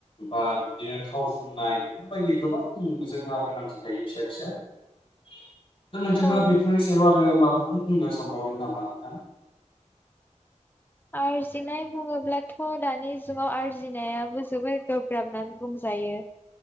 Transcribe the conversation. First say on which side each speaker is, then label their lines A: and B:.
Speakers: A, on the left; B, on the left.
A: बा बिबदिनो थाव फुननाय बेफोरबायदि गोबां जोंहा गोनांथि थायो फिसा फिसा नोंथाङा
B: औ
A: बेफोरनि सायाव आरो माबाफोर बुंनो सानबावदों नामा नोंथां
B: आरजिनाय बुङोब्लाथ' दानि जुगाव आरजिनायाबो जोबोर गोब्राब होननानै बुंजायो